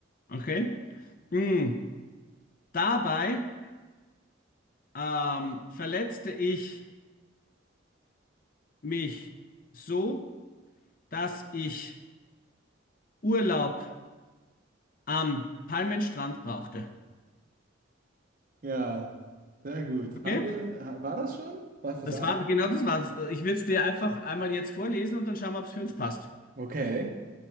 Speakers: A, on the left; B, on the right.
A: Okay. Mm. Dabei ähm, verletzte ich mich so, dass ich Urlaub am Palmenstrand brauchte.
B: Ja, sehr gut.
A: Okay?
B: Haben wir, war das schon? War es das
A: Das
B: all?
A: war genau das war's. Ich würde es dir einfach einmal jetzt vorlesen und dann schauen wir, ob es für uns passt.
B: Okay.